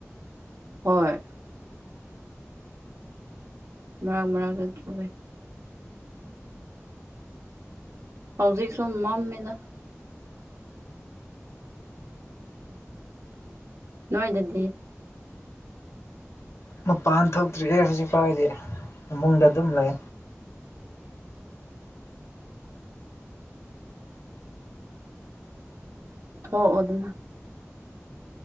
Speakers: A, on the right; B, on the left.
A: ꯍꯣꯏ ꯃꯔꯥꯛ ꯃꯔꯥꯛꯗ ꯆꯨꯕꯩ ꯍꯧꯖꯤꯛꯁꯨ ꯃꯃꯃꯦꯗ ꯅꯣꯏꯗꯗꯤ
B: ꯃꯄꯥꯟ ꯊꯣꯛꯇ꯭ꯔꯤꯑꯦ ꯍꯧꯖꯤꯛꯐꯥꯎꯗꯤ ꯐꯃꯨꯡꯗ ꯑꯗꯨꯝ ꯂꯩ
A: ꯊꯣꯛꯑꯣꯗꯅ